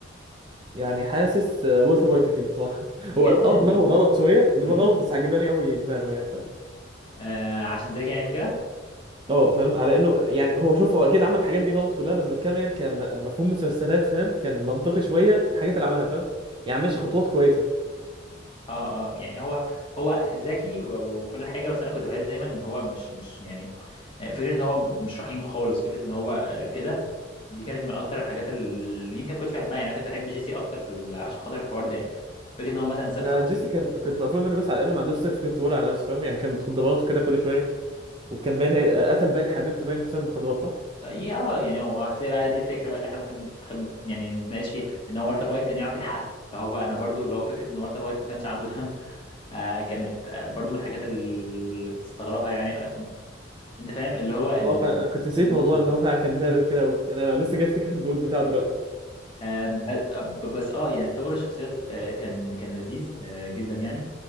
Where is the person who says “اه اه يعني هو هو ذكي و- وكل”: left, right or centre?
Left